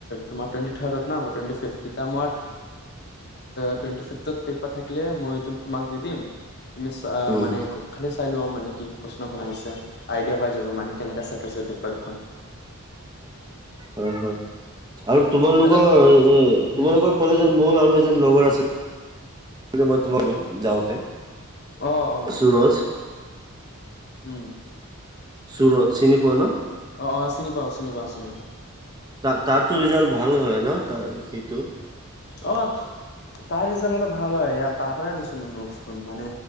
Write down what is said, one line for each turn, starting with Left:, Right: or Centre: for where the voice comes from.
Left: তোমাৰ টুৱেন্টি থ্ৰাৰদত আছে মোৰ টুৱেন্টি ফিপত আছে তুমি
Right: উম,
Left: মানে খালি চাই লোৱা মানে কি কি প্ৰশ্নখন আহিছে আইডিয়া পাইছা মানে কেনেৱা আহিছে পেপাৰ খন
Right: হ হ হ আৰু তোমালোকৰ
Left: তাৰপিছত
Right: এ
Left: উম
Right: তোমালোকৰ কলেজত মোৰ আৰু এজন লগৰ আছিল মই তোমাক যাওঁতে
Left: অ অ
Right: সুৰজ
Left: উম
Right: সুৰজ চিনি পোৱা ন?
Left: অ অ চিনি পাওচোন শুনিবা শুনিবা
Right: ত তাতো ৰিজাল্ট ভাল হয় ন তাৰ সেইটো
Left: অ তাৰ ৰিজাল্ট হলে ভাল হয় ইয়াত তাপৰাডৈ ম নো মানে